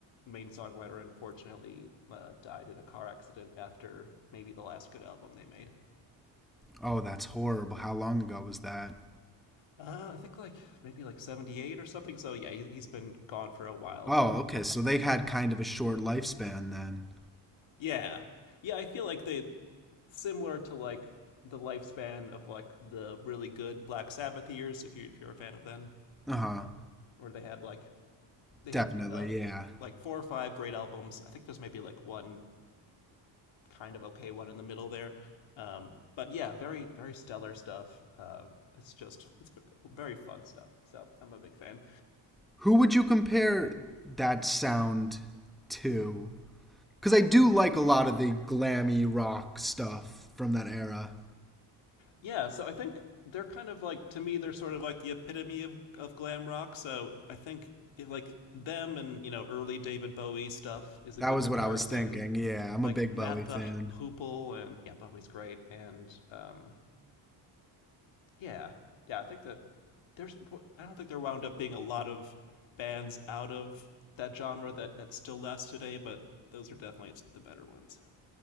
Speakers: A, on the left (about 65°); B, in the centre.
A: main songwriter, unfortunately uh, died in a car accident after maybe the last good album they made.
B: Oh, that's horrible. How long ago was that?
A: Uh, I think like maybe like 78 or something. So yeah, he, he's been gone for a while,
B: Oh,
A: but
B: okay.
A: I,
B: So they had kind of a short lifespan then.
A: yeah. Yeah, I feel like they similar to like the lifespan of like the really good Black Sabbath years, if you if you're a fan of them,
B: Uh huh.
A: where they had like they
B: Definitely.
A: had uh,
B: Yeah.
A: like four or five great albums. I think there's maybe like one kind of okay one in the middle there. Um, but yeah, very very stellar stuff. Um, it's just it's very fun stuff. So I'm a big fan.
B: Who would you compare that sound to? Because I do like a lot of the glammy rock stuff from that era.
A: Yeah, so I think they're kind of like to me they're sort of like the epitome of of glam rock. So I think it, like them and you know early David Bowie stuff is a
B: That
A: good
B: was
A: comparison.
B: what I was thinking. Yeah, I'm
A: like
B: a big
A: Matt
B: Bowie
A: the
B: fan.
A: Hoople and yeah, Bobby's great and um yeah yeah I think that there's I don't think there wound up being a lot of bands out of that genre that that still lasts today, but those are definitely the better ones.